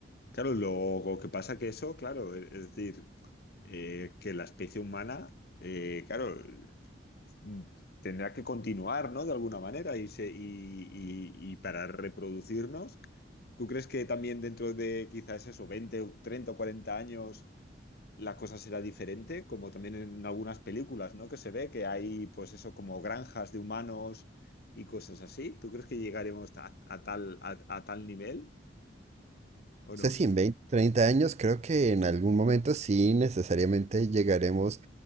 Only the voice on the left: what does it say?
Claro, lo, lo que pasa que eso, claro, e- es decir, eh, que la especie humana, eh, claro, mm, tendrá que continuar, ¿no? De alguna manera y, se- y, y, y para reproducirnos, ¿tú crees que también dentro de quizás eso, 20 o 30 o 40 años la cosa será diferente, como también en algunas películas, ¿no? Que se ve que hay, pues eso, como granjas de humanos y cosas así. ¿Tú crees que llegaremos a, a tal, a, a tal nivel o
no?